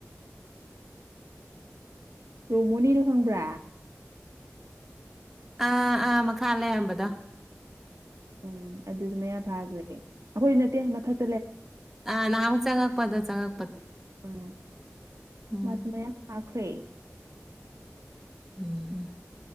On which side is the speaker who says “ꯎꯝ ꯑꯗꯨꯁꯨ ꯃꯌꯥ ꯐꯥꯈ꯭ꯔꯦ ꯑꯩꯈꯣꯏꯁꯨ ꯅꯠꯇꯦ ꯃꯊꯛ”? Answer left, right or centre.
Right